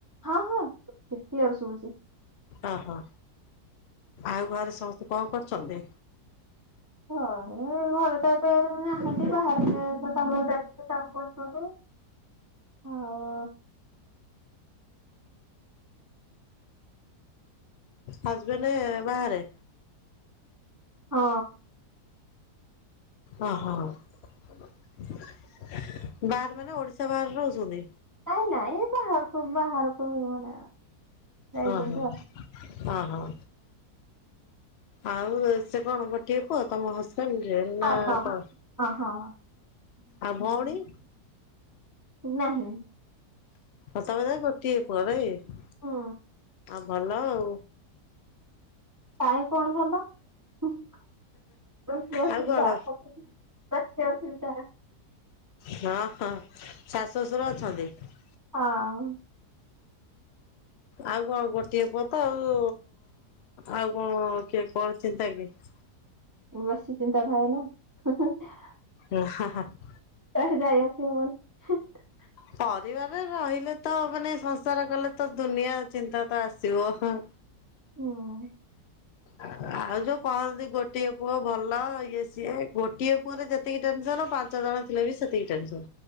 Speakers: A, on the right; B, on the left.
A: ହଁ ହଁ। କ୍ଳିଅର ଶୁବୁଛି।
B: ଓହୋ ଆଉ ଘରେ ସମସ୍ତେ କଣ କରୁଛନ୍ତି?
A: ହରେ ଘରେ ତ ଏବେ ନାହାଁନ୍ତି। ବାହାରେ କାମ ଡାଇରେକ୍ଟ କାମ କରୁଛନ୍ତି ଆଉ।
B: ହସବେଣ୍ଡ ବାହାରେ।
A: ହଁ।
B: ଓହୋ ବାହାରେ ମାନେ ଓଡିଶା ବାହାରେ ରହୁଛନ୍ତି।
A: ନାଇଁ ନାଇ ଏ ବାହାର ଖୁ ବାହାରକୁ ମାନେ ଯାଇଛନ୍ତି
B: ଓ ହୋ।
A: ଆଉ।
B: ହଁ ହଁ। ଆଉ ସେ କଣ ଗୋଟିଏ ପୁଅ। ତମ ହସ ଲି ନା
A: ହଁ ହଁ।
B: କ
A: ଅ ହଁ।
B: ଆ ଭଉଣୀ।
A: ନାହିଁ।
B: ହ ତମ ଯା ଗୋଟିଏ ପୁଅ ନାଇଁକି।
A: ହୁଁ
B: ଭଲ ଆଉ।
A: କାଇଁ କଣ କଲ। <unintelligible>
B: ଆଉ କଣ ହଁ ହଁ ଶାଶୁ ଶଶୁର ଅଛନ୍ତି ।
A: ହଁ ।
B: ଆଉ କଣ ଗୋଟିଏ ପଅ ତ ଆଉ ଆଉ କଣ କିଏ କଣ ଚିନ୍ତା କି ।
A: ବେସି ଚିନ୍ତା ଥା ଏ ନା ।
B: <unintelligible>
A: କୁଆଡେ ଯାଇ ଆସି ହବନି । <unintelligible>
B: ପରିବାର ରେ ରହିଲେ ତ ମାନେ ସଂସାର କଲେ ତ ଦୁନିଆ ଚିନ୍ତା ତ ଆସିବ ହଁ ।
A: ହୁଁ ।
B: ଆଉ ଯୋଉ କହନ୍ତି ଗୋଟିଏ ପୁଅ ଭଲ ଇଏ ସିଏ ଗୋଟିଏ ପୁଅରେ ଯେତିକି ଟେନସନ ପାଞ୍ଚ ଜଣ ଥିଲେ ବି ସେତିକି ଟେନସନ